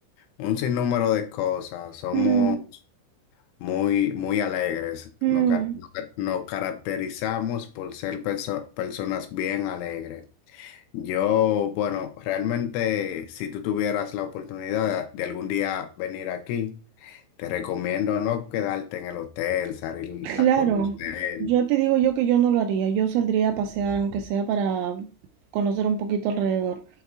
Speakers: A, on the left; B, on the right.
A: un sinnúmero de cosas. Somos
B: mm,
A: muy, muy alegres.
B: mm,
A: Nos, ca- nos ca- nos caracterizamos por ser perso- personas bien alegres. Yo, bueno, realmente si tú tuvieras la oportunidad de algún día venir aquí, te recomiendo no quedarte en el hotel, salir
B: claro.
A: a conocer,
B: Yo te digo yo que yo no lo haría. Yo saldría a pasear, aunque sea para conocer un poquito alrededor.